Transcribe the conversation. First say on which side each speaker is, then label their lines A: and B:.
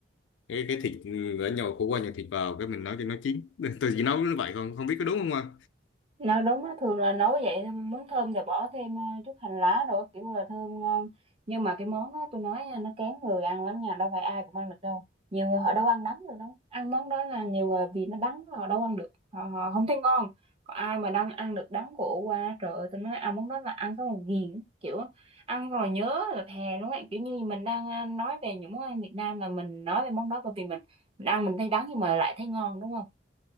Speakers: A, on the left; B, on the right.
A: cái cái thịt đã nhồi khổ qua nhồi thịt vào cái mình nấu cho nó chín <laughs> tôi chỉ nấu như vậy còn không biết có đúng không ạ
B: Nó đúng á, thường là nấu vậy muốn thơm thì bỏ thêm ờ, chút hành lá rồi kiểu là thơm ngon nhưng mà cái món đó tôi nói nha, nó kén người ăn lắm nha đâu phải ai cũng ăn được đâu nhiều người họ đâu ăn đắng được đâu ăn món đó là nhiều người vì nó đắng họ đâu ăn được họ, họ không thấy ngon còn ai mà đang ăn được đắng của qua trời ơi, tôi nói ăn món đó là ăn xong rồi ghiền kiểu ăn rồi nhớ là thèm đúng không ạ? kiểu như mình đang ờ, nói về những món ăn Việt Nam là mình nói về món đó bởi vì mình, mình ăn mình thấy đắng nhưng mà lại thấy ngon đúng không